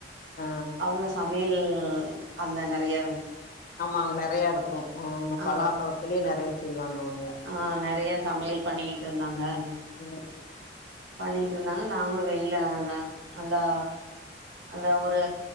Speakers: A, on the left; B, on the right.
A: ஆ
B: அவுங்க சமையல் அந்த நறைய
A: ஆமா அங்க நறைய இருக்கு
B: ஆ
A: பலாப்பழத்திலே நறைய செய்வாங்க அவுங்க
B: ஆ நறைய சமையல் பண்ணிக்கிட்ருந்தாங்க
A: ம் ம்
B: பண்ணிட்டு இருந்தாங்க நாங்ளு வெளில நல்லா அந்த ஒரு